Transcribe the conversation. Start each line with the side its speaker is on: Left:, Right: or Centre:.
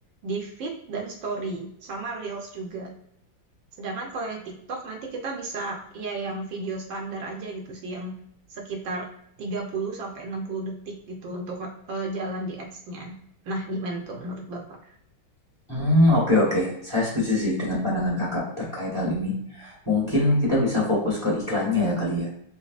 Right: di feed dan story, sama Reels juga. Sedangkan kalau yang TikTok nanti kita bisa ya yang video standar aja gitu sih, yang sekitar 30 sampai 60 detik gitu untuk eh, jalan di ads-nya. Nah, gimana tuh menurut Bapak?
Left: Hmm oke oke. Saya setuju sih dengan pandangan Kakak terkait hal ini. Mungkin kita bisa fokus ke iklannya ya kali ya.